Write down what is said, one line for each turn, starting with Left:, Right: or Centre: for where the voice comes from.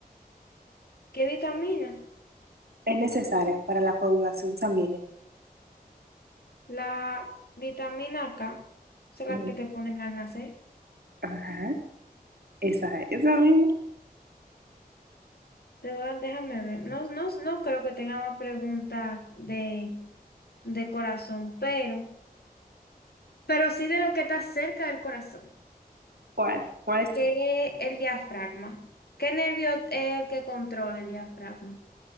Left: ¿Qué vitamina?
Right: Es necesaria para la coagulación sanguínea.
Left: La vitamina K, esa es la
Right: Mm.
Left: que te ponen al nacer.
Right: Ajá, esa, es, esa misma.
Left: Te voy a- déjame ver. No, no, no creo que tenga más preguntas de, de corazón, pero, pero sí de lo que está cerca del corazón.
Right: ¿Cuál? ¿Cuál es tu?
Left: qué el diafragma. ¿Qué nervio es el que controla el diafragma?